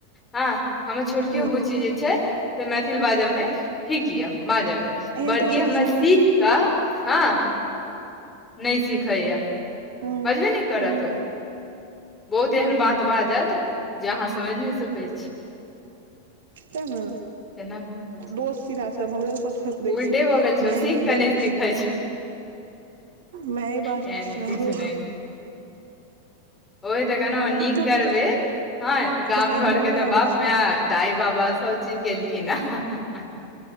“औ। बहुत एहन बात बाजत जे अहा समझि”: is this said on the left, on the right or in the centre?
Left